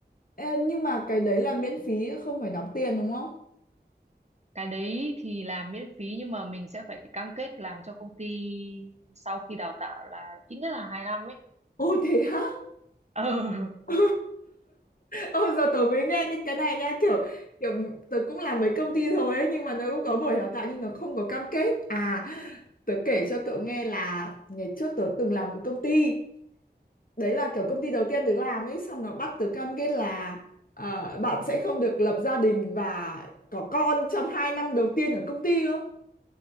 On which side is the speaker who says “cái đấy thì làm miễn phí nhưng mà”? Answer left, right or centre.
Right